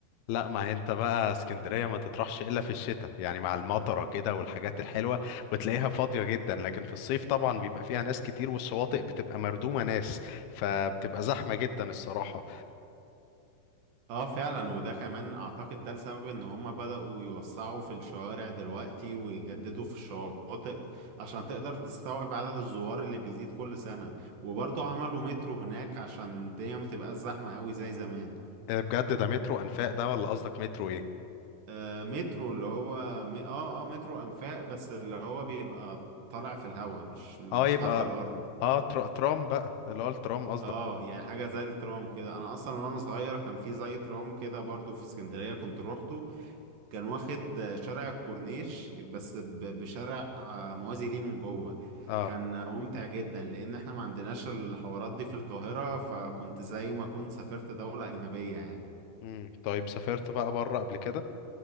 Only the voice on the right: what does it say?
اه فعلا وده كمان اعتقد ده السبب ان هما بدأوا يوسعوا في الشوارع دلوقتي ويجددوا في الشواطئ عشان تقدر تستوعب عدد الزوار اللي بيزيد كل سنة وبرضه عملوا مترو هناك عشان الدنيا ما تبقاش زحمة قوي زي زمان
آه مترو اللي هو م... اه اه مترو انفاق بس اللي هو بيبقى طالع في الهواء مش مش
تحت الارض
اه يعني حاجة زي الترام كده انا اصلا وانا صغير كان في زي ترام كده برضه في اسكندرية كنت روحته كان واخد شارع الكورنيش بس ب- بشارع موازي ليه من جوه
كان ممتع جدا لان احنا ما عندناش الحوارات دي في القاهرة فكنت زي ما كنت سافرت دولة اجنبية يعني